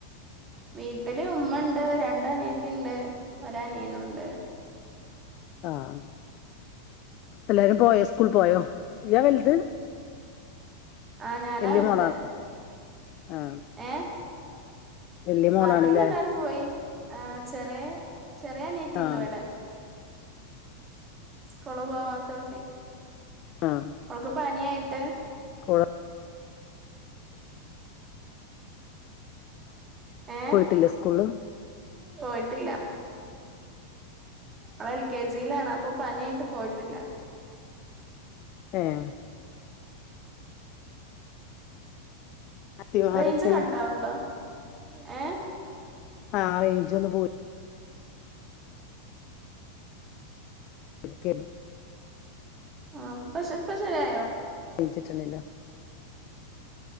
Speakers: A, on the right (about 25°); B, on the left (about 40°).
A: വീട്ടില് ഉമ്മ ഉണ്ട് രണ്ട അനിയത്തി ഉണ്ട് ഒ അനിയനുണ്ട്
B: ആഹ എല്ലാരും പോയോ സ്കൂൾ പോയോ നീയാ വലുത്
A: ആഹ് ഞാനാ
B: വല്യ
A: വലത്
B: മോളാണ് ആ
A: ഏ-
B: വല്യ മോളാണല്ലേ
A: ബാക്കിയുള്ള എല്ലാരും പോയി ആ ചെറിയ ചെറിയ നീത്തി
B: ആ
A: ഉണ്ടോ എവിടെ സ്കൂള് പോവാത്തോട്ടി
B: ആഹ്
A: അവക്ക് പനിയായിട്ട് <inaudible>
B: ഓള്
A: ഏഹ്
B: പോയിട്ടില്ലേ സ്കൂള്ല്
A: പോയിട്ടില്ല അവള് എൽ കെ ജിയിലാണ് അപ്പൊ പനിയായിട്ട് പോയി ഇല്ല
B: ഏഹ് അത്തിമാരൊക്കെ
A: റേഞ്ച് കട്ട് ആവണ്ണ്ടോ ഏഹ്
B: ആ റേഞ്ച് ഒന്ന് പോയി ളി ക്കെര്ന്ന് <unintelligible>
A: ആഹ് പ്പ ഇപ്പൊ ശെരിയായോ
B: ഞ്ച് ട്ടണില്ല <unintelligible>